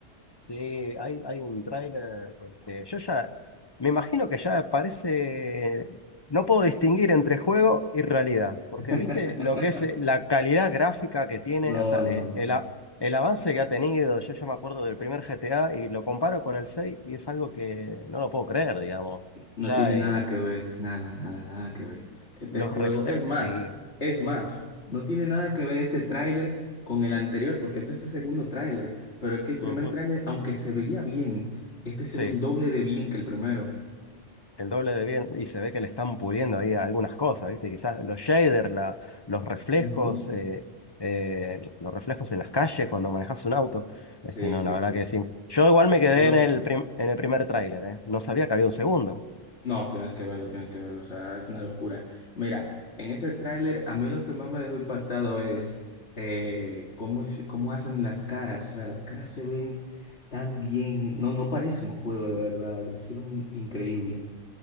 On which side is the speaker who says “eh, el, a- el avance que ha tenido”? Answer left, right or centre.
Left